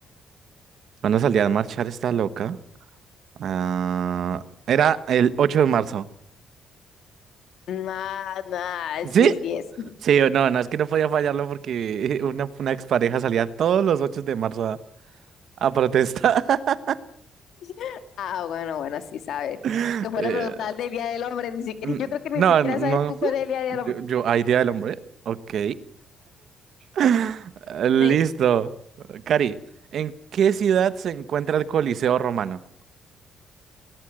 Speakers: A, on the right (about 50°); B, on the left (about 60°).
A: ¿Cuándo salía a marchar esta loca? Ah, era el 8 de marzo.
B: Nah, nah,
A: ¿Sí?
B: sí, sí es.
A: Sí, o no, no, es que no podía fallarlo porque <laughs> una, una expareja salía todos los 8 de marzo a, a protestar. <laughs>
B: <laughs> Ah, bueno, bueno, sí sabes.
A: Eh,
B: Te fuera a preguntar del Día del Hombre, ni siquiera,
A: n-
B: yo creo que ni
A: no,
B: siquiera
A: no, no.
B: sabes tú cuál es el Día del
A: Yo,
B: Hombre.
A: yo, ah, idea del hombre. Ok. <laughs> Listo.
B: Sí.
A: Cari, ¿en qué ciudad se encuentra el Coliseo Romano?